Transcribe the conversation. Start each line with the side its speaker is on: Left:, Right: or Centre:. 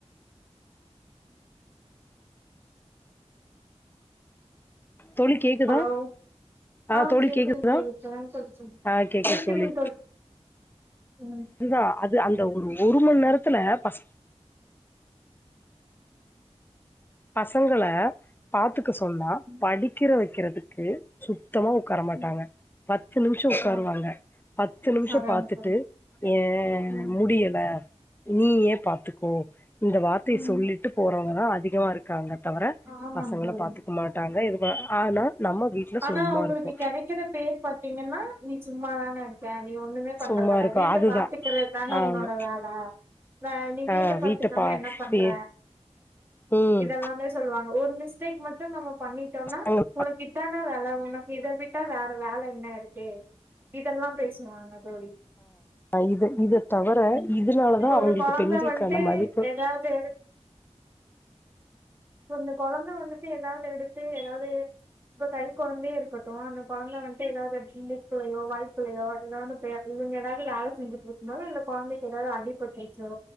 Left: தோழி கேக்குதா
Right: ஹலோ
Left: அ
Right: ஆ
Left: தோழி
Right: கேக்குதுங்க
Left: கேக்குதுதா
Right: தோழி இப்பதாங்க தோழி சொன்ன
Left: அ கேக்குது
Right: கேக்குதுங்க
Left: தோழி
Right: ம்
Left: அதுதா அது அந்த ஒரு ஒரு மண்நேரத்துல பச பசங்கள பாத்துக்க சொன்னா
Right: ம்
Left: படிக்கிற வைக்கிறதுக்கு சு சுத்தமா உட்கார மாட்டாங்க
Right: ம்
Left: பத்து நிமிஷம் உட்காருவாங்க
Right: ஆ
Left: பத்து நிமிஷம்
Right: அதாங்க
Left: பாத்துட்டு
Right: தோழி
Left: ஏ
Right: ம்
Left: முடியல நீயே பாத்துக்கோ இந்த வார்த்தைய
Right: ம்
Left: சொல்லிட்டு போறவங்கதா அதிகமா இருக்கு இருக்காங்க தவிர
Right: ஆமாங்க
Left: பசங்கள
Right: தோழி
Left: பாத்துக்க மாட்டாங்க இது ஆனா நம்ம வீட்ல
Right: ஆனா
Left: சும்மா
Right: அங்களுக்கு
Left: இருக்கோ
Right: கெடைக்கிற பேர் பாத்தீங்கன்னா நீ சும்மாதான இருக்க நீ ஒண்ணுமே பண்றதல்ல
Left: சும்மா இருக்கோ
Right: வீட்ட
Left: அதுதா
Right: பாத்துக்கறது தானே
Left: ஆமா
Right: உன்னோட வேல நீ
Left: ஆ
Right: வீட்ட பத்துக்காம
Left: பா
Right: என்ன பண்ற
Left: வீ ம்
Right: இதெல்லாமே சொல்லுவாங்க ஒரு மிஸ்டேக் மட்டு நம்ம பண்ணிட்டோம்னா
Left: அங்க
Right: உனக்கு இத்தான வேல உனக்கு இத விட்டா வேற வேல என்ன இருக்கு இதெல்லா பேச வாங்க தோழி
Left: இது இத தவர
Right: ம்
Left: இதனாலதா
Right: இப்ப
Left: அவங்களுக்கு
Right: ஒரு கொழந்தை
Left: பெண்களுக்கான
Right: வந்துட்டு
Left: மதிப்பு
Right: எதாவ்து அந்த கொழந்த வந்துட்டு எதாவ்து எடுத்து எதாவ்து இப்ப கை கொழந்தையே இருக்கட்டு அந்த கொழந்த வந்துட்டு எதாவ்து முக்குலையோ வாய்க்குளையோ எதாவ்து எதாவ்து வேல செஞ்சுட்டு இருக்கன இந்தந்த கொழந்திக்கு எதாவ்து அடிபட்டுருச்சோ